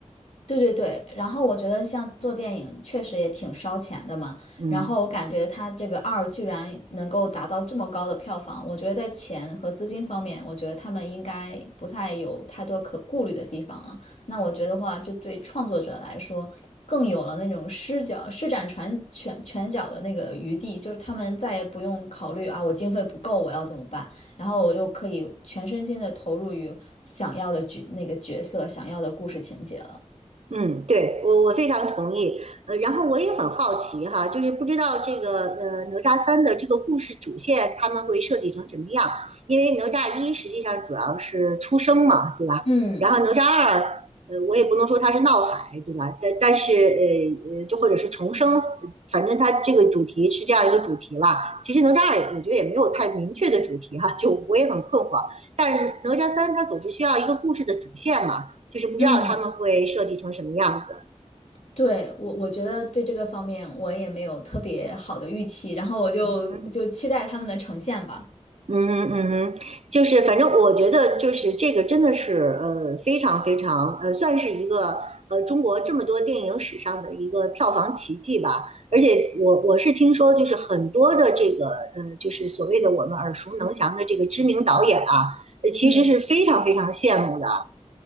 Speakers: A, on the left; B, on the right.
A: 对对对，然后我觉得像做电影确实也挺烧钱的嘛，
B: 嗯。
A: 然后我感觉它这个二居然能够达到这么高的票房，我觉得在钱和资金方面，我觉得他们应该不太有太多可顾虑的地方了。那我觉得话，这对创作者来说更有了那种施脚施展拳拳拳脚的那个余地，就是他们再也不用考虑啊，我经费不够，我要怎么办？然后我就可以全身心的投入于想要的角那个角色、想要的故事情节了。
B: 嗯，对，我我非常同意。呃，然后我也很好奇哈，就是不知道这个呃哪吒三的这个故事主线他们会设计成什么样？因为哪吒一实际上主要是出生嘛，对吧？
A: 嗯
B: 然后哪吒二，呃，我也不能说它是闹海，对吧？但但是呃呃，就或者是重生，呃反正它这个主题是这样一个主题吧。其实哪吒二我觉得也没有太明确的主题哈，就我也很困惑。但是哪吒三它总是需要一个故事的主线嘛。就是不知道他们会设计成什么样子。
A: 嗯，对，我我觉得对这个方面我也没有特别好的预期，然后我就就期待他们的呈现吧。
B: 嗯哼，嗯哼，嗯哼，就是反正我觉得就是这个真的是呃非常非常呃算是一个呃中国这么多电影史上的一个票房奇迹吧。而且我我是听说就是很多的这个呃就是所谓的我们耳熟能详的这个知名导演啊，呃其实是非常非常羡慕的。
A: 嗯，